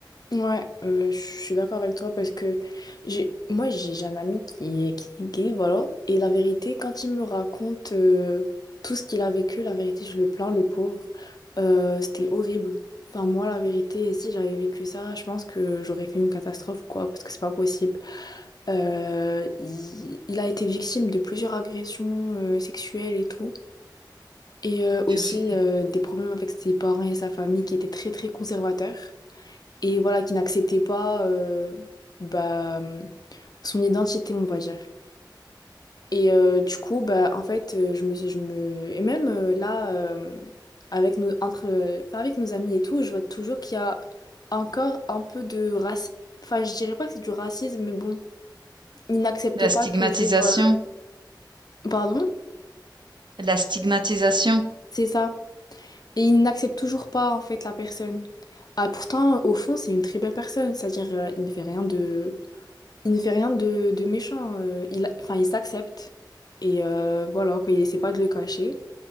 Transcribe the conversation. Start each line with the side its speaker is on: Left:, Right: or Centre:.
Left: Ouais, euh, je suis d'accord avec toi parce que j'ai moi j'ai j'ai un ami qui est, qui est gay, voilà, et la vérité, quand il me raconte euh, tout ce qu'il a vécu, la vérité, je le plains, le pauvre, Euh, c'était horrible. Enfin, moi, la vérité, si j'avais vécu ça, je pense que j'aurais fait une catastrophe ou quoi, parce que c'est pas possible. Euh, il, il a été victime de plusieurs agressions euh, sexuelles et tout, et euh, aussi
Right: Purée.
Left: euh, des problèmes avec ses parents et sa famille qui étaient très très conservateurs et voilà, qui n'acceptait pas euh, bah, son identité, on va dire. Et euh, du coup, bah, en fait, euh, je me, je me... Et même euh, là, euh, avec nos, entre, euh, enfin, avec nos amis et tout, je vois toujours qu'il y a encore un peu de racisme. Enfin, je dirais pas que c'est du racisme, mais bon, ils n'acceptent
Right: La
Left: pas
Right: stigmatisation,
Left: toujours... euh, Pardon?
Right: la stigmatisation.
Left: C'est ça. Et ils n'acceptent toujours pas, en fait, la personne. Ah, pourtant, au fond, c'est une très belle personne. C'est-à-dire, euh, il ne fait rien de Il ne fait rien de, de méchant. euh, il, enfin, il s'accepte. Et euh, voilà, quoi, il essaie pas de le cacher.